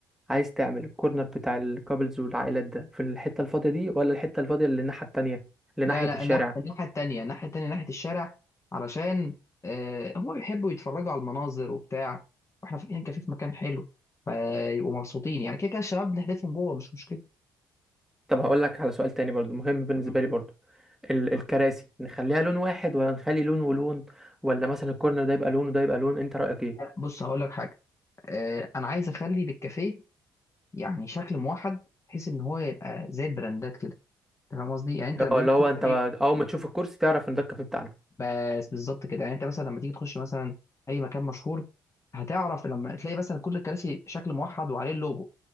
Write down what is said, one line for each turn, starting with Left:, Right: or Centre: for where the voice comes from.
Centre: عايز تعمل الكورنر بتاع الكابلز والعائلات ده في الحتة الفاضية دي ولا الحتة الفاضية اللي الناحية التانية اللي
Left: لا
Centre: ناحية
Left: لا
Centre: الشارع
Left: الناح- الناحيه التانيه الناحيه التانيه ناحيه الشارع علشان آه هم بيحبوا يتفرجوا على المناظر وبتاع واحنا فاتحين كافيه في مكان حلو فيبقوا مبسوطين يعني كده كده الشباب بنحذفهم جوه مش مشكله
Centre: طب هقول لك على سؤال تاني برضو مهم بالنسبة
Left: مم.
Centre: لي برضو ال
Left: مم.
Centre: الكراسي نخليها لون واحد ولا نخلي لون ولون ولا مثلا الكورنر ده يبقى لون وده يبقى لون انت رأيك ايه؟
Left: لا، بص هقول لك حاجه آه انا عايز اخلي للكافيه يعني شكل موحد بحيث ان هو يبقى زي البراندات كده أنت فاهم قصدي يعني انت لما
Centre: اه
Left: تيجي
Centre: اللي
Left: تخش
Centre: هو انت بقى-
Left: اي
Centre: اول ما تشوف الكرسي تعرف ان ده الكافيه بتاعنا
Left: بس بالظبط كده يعني انت مثلا لما تيجي تخش مثلا اي مكان مشهور هتعرف لما تلاقي مثلا كل الكراسي شكل موحد وعليه اللوجو